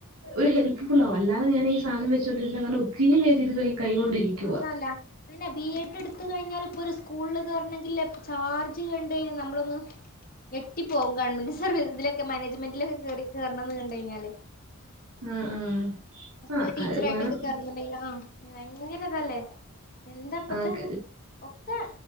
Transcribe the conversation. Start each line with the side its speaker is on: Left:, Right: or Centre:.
Right: ഒരു ഹെൽപ്ഫുൾ ആകും അല്ലതെ ഞാൻ ഈ സാധനം വച്ചൊണ്ടിരുന്ന് കാരണം ഒരുത്തിരി പേര് ഇത് കൈകൊണ്ടിരിക്കുക
Left: മാത്രവു <unintelligible> ല്ല പിന്നെ ബി എഡ് എടുത്ത് കഴിഞ്ഞാൽ ഇപ്പൊ ഒരു സ്കൂളിൽ കേയറണെങ്കില് ചാർജ് കണ്ട് കഴിഞ്ഞാൽ നമ്മളൊന്ന് ഞെട്ടിപ്പോവും ഗവൺമെന്റ് സർവ ഇതിലക്കെ മാനേജ്മെന്റിലൊക്കെ കേറി കേറണംന്ന് കണ്ട് കഴിഞ്ഞാല്
Right: ആ ആ
Left: സ്കൂളിടീച്ചർആയിട്ടൊക്കെകേറണം
Right: ആ അത് കാരണം
Left: ന്ണ്ടങ്കിൽ ആ ഭയങ്കരഇതാല്ലേ എന്താപ്പത്തെ
Right: ആ ക-
Left: ഒക്കെ